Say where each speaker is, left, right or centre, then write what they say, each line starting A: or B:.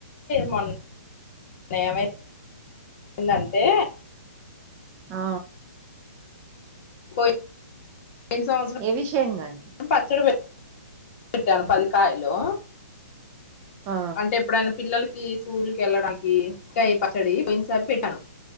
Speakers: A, on the left (about 40°); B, on the right (about 20°).
A: మొన్న ఏమైందంటే
B: ఆ
A: పోయిన సంవత్సరం
B: ఏ విషయం కానీ
A: పచ్చడి పె పెట్టాను పది కాయలు
B: ఆ
A: అంటే ఎప్పుడైన పిల్లలకి స్కూల్కి వెళ్ళడానికి ఇంకాయి పచ్చడి పోయినసారి పెట్టాను